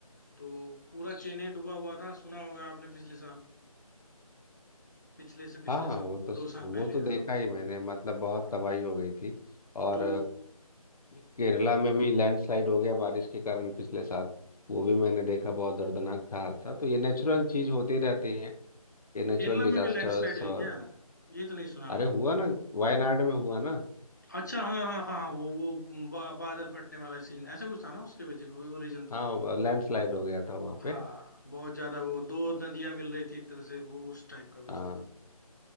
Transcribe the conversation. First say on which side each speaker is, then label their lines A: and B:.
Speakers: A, on the left (about 30°); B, on the left (about 75°).
A: तो पूरा
B: अच्छा
A: चेन्नई डूबा हुआ था सुना होगा आपने पिछले साल पिछले से पिछले
B: हाँ हाँ,
A: साल
B: वो तो
A: दो साल
B: वो
A: पहले
B: तो देखा
A: हाँ
B: ही मैंने मतलब बहुत
A: हाँ।
B: तबाही हो गई थी और
A: तो
B: केरला में भी लैंडस्लाइड हो गया बारिश के कारण पिछले साल वो भी मैंने देखा बहुत दर्दनाक था हादसा तो ये नेचुरल चीज होती रहती है ये नेचुरल
A: केरला
B: डिजास्टर्स
A: में भी लैंडस्लाइड हुई
B: और
A: क्या ये तो नहीं सुना
B: अरे
A: मैंने
B: हुआ ना वायनाड में हुआ ना
A: अच्छा हाँ हाँ हाँ वो वो बा, बादल फटने वाला सीन ऐसा कुछ था ना उसके वजह वो रीजन तो
B: हाँ लैंडस्लाइड हो गया था वहाँ
A: हाँ
B: पे
A: बहुत ज्यादा वो दो नदियां मिल रही थी एक तरह से वो उस टाइप का कुछ
B: हाँ
A: था